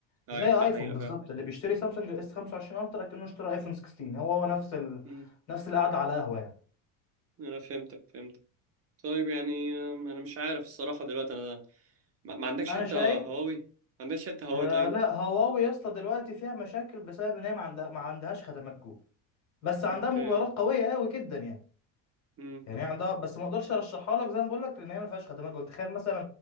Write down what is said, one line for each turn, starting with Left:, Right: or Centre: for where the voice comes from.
Right: ايوه
Left: زي ايفون
Right: دي حقيقة
Left: بالظبط
Right: فعلا
Left: اللي بيشتري سامسونج اس 25 الترا كأنه اشترى ايفون 16 هو هو نفس ال...
Right: مم.
Left: نفس القعده على قهوه يعني
Right: انا فهمتك فهمتك طيب يعني أم، انا مش عارف الصراحة دلوقتي انا ما, ما عندكش
Left: انا
Right: حتة
Left: شايف
Right: هواوي ما عندكش حتة هواوي
Left: آه
Right: طيب
Left: لا هواوي يا اسطى دلوقتي فيها مشاكل بسبب ان هي ما عندها ما عندهاش خدمات جوجل بس عندها
Right: اوكي
Left: موبايلات قويه قوي جدا يعني
Right: مم.
Left: يعني هي عندها بس ما اقدرش ارشحها لك زي ما بقول لك لان هي ما فيهاش خدمات جوجل تخيل مثلا